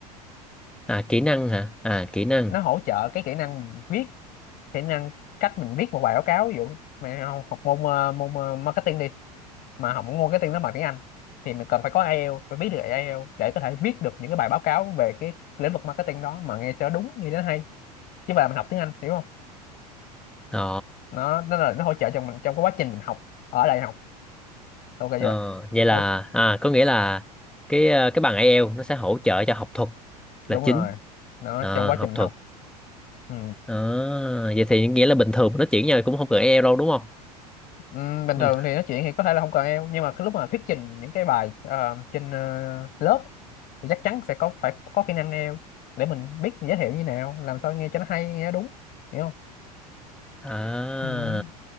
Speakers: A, in the centre; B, on the left.
A: À kỹ năng hả? À kỹ năng.
B: nó hỗ trợ cái kỹ năng mình viết kỹ năng cách mình viết một bài báo cáo ví dụ mày học, học môn ờ, môn ờ, marketing đi mà học môn marketing nó bằng tiếng Anh thì mình cần phải có IELTS phải biết được IELTS để có thể viết được những cái bài báo cáo về cái lĩnh vực marketing đó mà nghe cho đúng nghe cho nó hay chứ mà mình học tiếng Anh hiểu không
A: Ồ.
B: nó nó là nó hỗ trợ cho mình trong cái quá trình mình học ở đại học ok
A: Ờ,
B: chưa
A: vậy là
B: Hỗ-
A: à có nghĩa là cái ờ, cái bằng ai eo nó sẽ hỗ trợ cho học thuật
B: đúng
A: là
B: rồi
A: chính.
B: nó
A: À,
B: trong quá
A: học
B: trình mình
A: thuật.
B: học ừ.
A: À, vậy thì nghĩa là bình thường nó chuyển nhau cũng không cần ai eo đâu đúng không?
B: Ừm, bình
A: Mình
B: thường thì nói chuyện thì có thể là không cần eo nhưng mà cái lúc mà thuyết trình những cái bài ờ, trên ờ, lớp thì chắc chắn sẽ có phải có kỹ năng eo để mình biết mình giới thiệu như nào làm sao nghe cho nó hay nghe nó đúng hiểu không
A: à
B: Ừm,